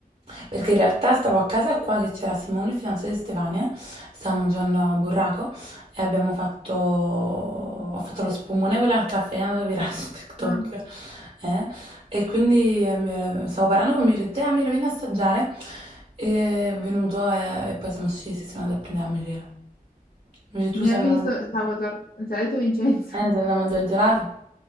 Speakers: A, on the right; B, on the left.
A: Perché in realtà stavo a casa qua che c'era Simone, il fidanzato di Stefania, stavamo giocando a burraco e abbiamo fatto... ho fatto lo spumone quello al caffè, è andato virale su TikTok.
B: ah.
A: eh. E quindi eh, mi- stavo parlando con mio e ho detto, ah, Miro, vieni a assaggiare. E è venuto e, e poi siamo scesi, e siamo andati a prendere a Michele. Invece tu
B: No,
A: sei
B: Invece
A: andato a,
B: sto-
A: man-
B: stavo tornando, se l'ha detto Vincenzo.
A: eh, sei andato a mangiare il gelato?